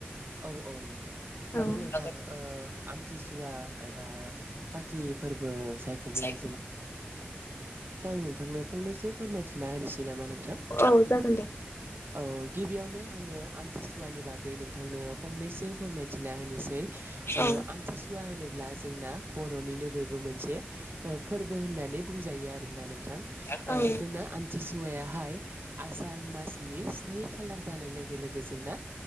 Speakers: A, on the right (about 65°); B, on the left (about 85°).
A: औ औ हागोन
B: औ
A: नोंथां ओ आमथिसुवा एबा काथि फोरबो जायखौ बुंङो
B: औ औ औ
A: नोंथांनो फंनैसो फोरमायथिना होनोसै नामा नोंथां
B: औ जागोन दे
A: औ गिबियावनो आङो आमथिसुवानि बागै नों थांनो फंनैसो फोरमायथिना होनोसै
B: औ
A: आमथिसुवा होनोब्ला जोंना बर'नि नो बेबो मोनसे फोरबो होननानै बुंजायो आरो ना नोंथां
B: ओ
A: जोंना आमथिसुआ हाय आसार मासनि स्नि खालार जानाय लोगो लोगो जोंना